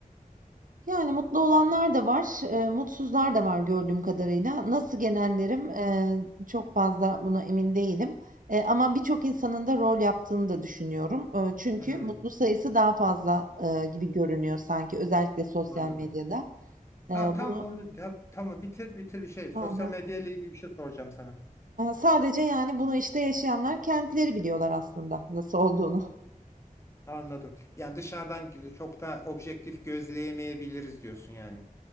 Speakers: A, on the right; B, on the left.
A: Yani, mutlu olanlar da var, eee, mutsuzlar da var gördüğüm kadarıyla. Nasıl genellerim, eee, çok fazla buna emin değilim, eee, ama birçok insanın da rol yaptığını da düşünüyorum. Eee, çünkü
B: Hmm,
A: mutlu sayısı daha fazla, eee, gibi görünüyor sanki özellikle sosyal
B: anladım.
A: medyada. Eee,
B: Ha tam
A: bunu
B: onu tam, tamam bitir bitir bir şey. Sosyal
A: Hı hı.
B: medya ile ilgili bir şey soracağım sana.
A: Sadece, yani, bunu, işte, yaşayanlar kendileri biliyorlar aslında nasıl olduğunu.
B: Anladım. Yani dışarıdan e, çok da objektif gözleyemeyebiliriz diyorsun yani.